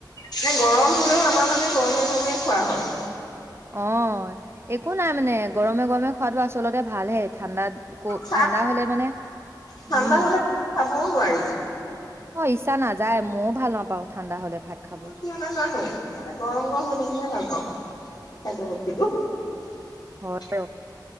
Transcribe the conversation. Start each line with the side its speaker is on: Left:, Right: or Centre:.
Left: মানে গৰম হ'লেও আমাৰ মানে গৰমে গৰমেই খোৱা হয়।
Right: অ', একো নাই মানে গৰমে গৰমে খোৱাটো আচলতে ভালহে ঠাণ্ডাত ক
Left: চা
Right: ঠাণ্ডা হ'লে মানে
Left: ঠাণ্ডা
Right: উম,
Left: হলে চাবও নোৱাৰি।
Right: অ', ইচ্ছা নাযায় মইও ভাল নাপাওঁ ঠাণ্ডা হ'লে। ভাত খাব।
Left: মই কিয় নাজানো মানে গৰম, গৰম হৈ থাকিলে ভাল পাওঁ। <unintelligible>
Right: কৰ